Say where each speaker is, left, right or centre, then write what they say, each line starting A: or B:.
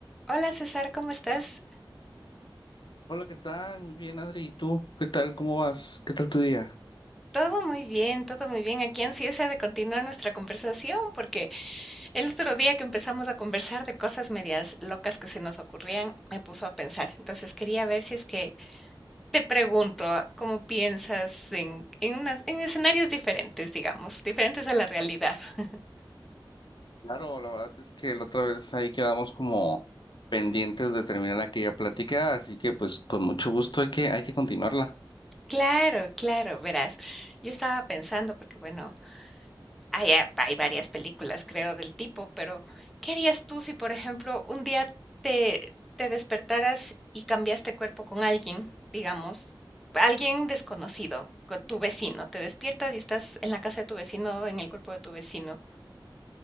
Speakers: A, in the centre; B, on the left (about 65°).
A: Hola César, ¿cómo estás?
B: Hola, ¿qué tal? Muy bien, Adri. ¿Y tú? ¿Qué tal? ¿Cómo vas? ¿Qué tal tu día?
A: Todo muy bien, todo muy bien. Aquí ansiosa de continuar nuestra conversación porque el otro día que empezamos a conversar de cosas medias locas que se nos ocurrían, me puso a pensar. Entonces quería ver si es que te pregunto cómo piensas en, en, unas- en escenarios diferentes, digamos, diferentes a la realidad. <laughs>
B: Claro, la verdad es que la otra vez ahí quedamos como pendientes de terminar aquella plática, así que pues con mucho gusto hay que, hay que continuarla.
A: Claro, claro, verás. Yo estaba pensando porque, bueno, Hay a hay varias películas, creo, del tipo, pero, ¿qué harías tú si, por ejemplo, un día te te despertaras y cambiaste cuerpo con alguien, digamos, alguien desconocido, con tu vecino? Te despiertas y estás en la casa de tu vecino, en el cuerpo de tu vecino.